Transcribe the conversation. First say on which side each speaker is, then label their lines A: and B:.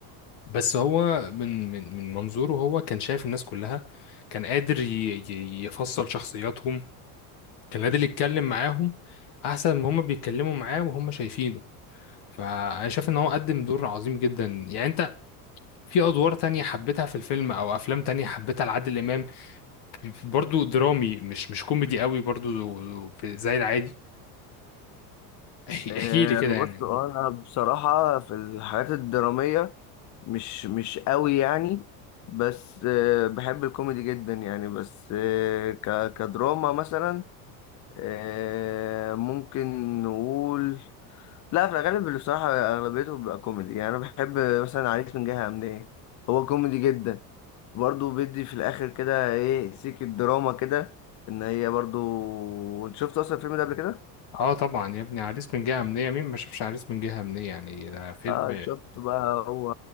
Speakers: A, on the left; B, on the left.
A: بس هو من من من منظوره هو كان شايف الناس كلها كان قادر ي- ي- يفصل شخصياتهم كان قادر يتكلم معاهم احسن ما هم بيتكلموا معاه وهم شايفينه فانا شايف ان هو قدم دور عظيم جدا يعني انت في ادوار تانية حبيتها في الفيلم او افلام تانية حبيتها لعادل امام برضو درامي مش مش كوميدي قوي برضو في- زي العادي احكي
B: آه،
A: احكي لي كده
B: بص
A: يعني
B: انا بصراحة في الحاجات الدرامية مش مش قوي يعني بس آه، بحب الكوميدي جدا يعني بس آه، ك- كدراما مثلا آه، ممكن نقول لا في الغالب اللي بصراحة أغلبيته بيبقى كوميدي يعني أنا بحب مثلا عريس من جهة أمنية هو كوميدي جدا برضه بيدي في الآخر كده إيه سيكة دراما كده إن هي برضه أنت شفت أصلا الفيلم ده قبل كده؟
A: اه طبعا يا ابني عريس من جهة أمنية مين ما شافش عريس من جهة أمنية يعني ده فيلم
B: اه شفت بقى هو